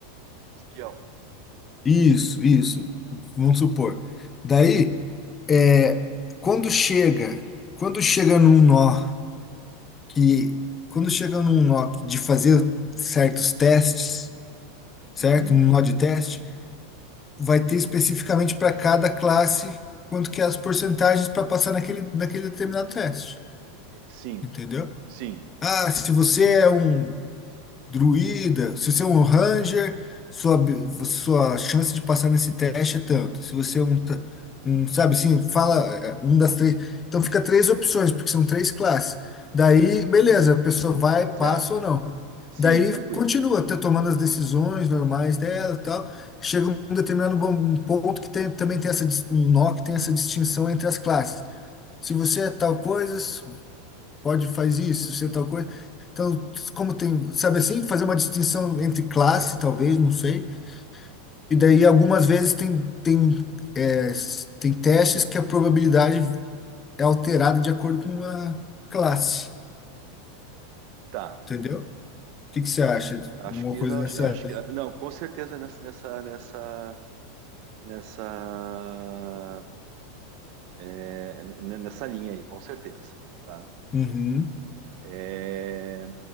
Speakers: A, on the right; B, on the left.
A: espião.
B: isso, isso. Vamos supor. Daí, é, quando chega, quando chega num nó que, quando chega num nó que de fazer certos testes, certo?
A: Uhum.
B: Um nó de teste, vai ter especificamente para cada classe quanto que é as porcentagens para passar naquele, naquele determinado teste.
A: Sim,
B: Entendeu?
A: sim,
B: Ah, se você é um druida, se você é um ranger, sua, abi- sua chance de passar nesse teste é tanto. Se você é um, ta- um sabe assim, fala é, um das três. Então fica três opções, porque são três classes. Daí, beleza, a pessoa vai, passa
A: certo.
B: ou não.
A: Sim,
B: Daí
A: tranquilo.
B: continua tá tomando as decisões normais dela, e tal. Chega um determinado bom- um ponto que tem, também tem essa dis- um nó que tem essa distinção entre as classes. Se você é tal coisa, pode fazer isso, ser tal coisa. Então, como tem, sabe assim, fazer uma distinção entre classe, talvez, não sei. E daí, algumas vezes, tem, tem, é, s- tem testes que a probabilidade é alterada de acordo com a classe,
A: Tá.
B: entendeu? O que que você acha de
A: Acho
B: uma
A: que
B: coisa
A: não,
B: nessa
A: acho acho
B: linha?
A: que não, com certeza nessa nessa nessa nessa é, n- nessa linha aí, com certeza, tá?
B: Uhum.
A: É,